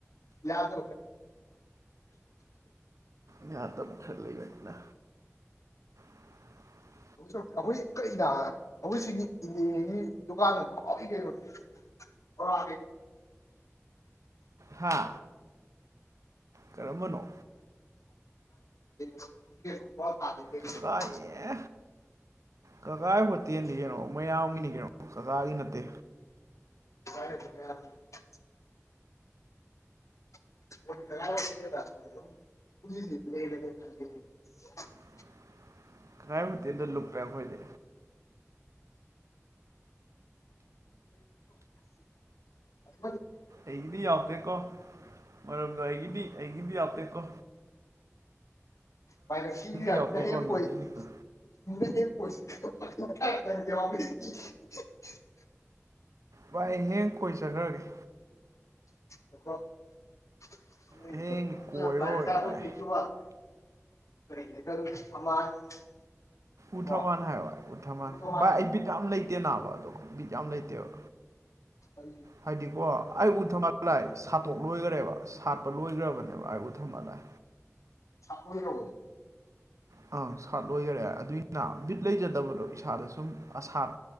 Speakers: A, on the left; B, on the right.
A: ꯌꯥꯗ
B: ꯅꯇꯕꯨ ꯈꯔ ꯂꯩꯒꯗꯅ <unintelligible>
A: ꯁ ꯑꯩꯈꯣꯏ ꯀꯔꯤꯗ ꯑꯩꯈꯣꯏ ꯁꯤꯒꯤ ꯏꯅꯦꯒꯤ ꯗꯨꯀꯥꯟ ꯑꯗꯣ ꯍꯥꯎꯏ ꯀꯩꯣ ꯑꯣꯣ
B: ꯍꯥ ꯀꯔꯝꯕꯅꯣ
A: <unintelligible> ꯒꯤ ꯐ <unintelligible>
B: ꯀꯀꯥ ꯑꯦ ꯀꯀꯥꯒꯤ ꯍꯣꯇꯦꯜꯗꯤ ꯀꯩꯅꯣ ꯃꯌꯥꯝꯒꯤꯅꯤ ꯀꯩꯅꯣ ꯀꯀꯥꯒꯤ ꯅꯠꯇꯦ
A: ꯀꯥꯏ ꯀ <unintelligible> <unintelligible>
B: <unintelligible> ꯀꯗꯥꯥꯏꯃꯨꯛꯇꯦꯗꯣ ꯂꯨꯞꯄꯦ ꯑꯩꯈꯣꯏꯗꯤ
A: ꯀꯣ
B: ꯑꯩꯒꯤꯗꯤ ꯌꯥꯇꯦꯀꯣ ꯃꯔꯝꯗ ꯑꯩꯒꯤꯗꯤ ꯑꯩꯒꯤꯗꯤ ꯌꯥꯇꯦꯀꯣ
A: ꯃꯥꯏꯅ ꯁꯤ ꯌꯥꯝꯅ
B: ꯌꯥꯎꯗꯦꯀꯣ
A: ꯍꯌꯦ
B: ꯅꯣꯏꯒꯤꯅꯤꯀꯣ
A: ꯀꯣꯏꯅ ꯍꯌꯦ ꯀꯣꯏꯁꯤ <unintelligible> <unintelligible>
B: ꯚꯏ ꯍꯌꯦ ꯀꯣꯏ ꯆꯈ꯭ꯔꯒꯦ
A: ꯆ ꯀꯃ
B: ꯍꯌꯦꯡꯗꯤ
A: <unintelligible>
B: ꯀꯣꯏꯔꯨꯔꯒꯦ ꯚꯥꯏ
A: ꯐꯔꯤꯗꯇ ꯑꯃ <unintelligible>
B: ꯎꯊꯃꯥꯟ
A: ꯀꯣ
B: ꯍꯥꯏ ꯚꯥꯏ ꯎꯊꯃꯥꯟ
A: ꯎ ꯀꯃꯥꯏꯅ
B: ꯚꯥꯏ ꯑꯩꯕꯤ ꯀꯝ ꯂꯩꯇꯦ ꯅꯥꯕ ꯕꯤꯠ ꯌꯥꯝ ꯂꯩꯇꯦꯕ
A: ꯀꯔꯤ
B: ꯍꯥꯏꯗꯤꯀꯣ ꯑꯩ ꯎ ꯊꯝꯃꯒ ꯂꯥꯏ ꯁꯥꯠꯇꯣꯛ ꯂꯣꯏꯈ꯭ꯔꯦꯕ ꯁꯥꯠꯄ ꯂꯣꯏꯈ꯭ꯔꯕꯅꯦꯕ ꯑꯩ ꯎ ꯊꯃ ꯂꯥꯏ
A: ꯆꯔꯔꯣ
B: ꯑꯪ ꯁꯥꯠ ꯂꯣꯏꯈꯔꯦ ꯑꯗꯨꯏꯅ ꯕꯤꯠ ꯂꯩꯖꯗꯕꯗꯣ ꯏꯁꯥꯗ ꯁꯨꯝ ꯑꯁꯥꯠ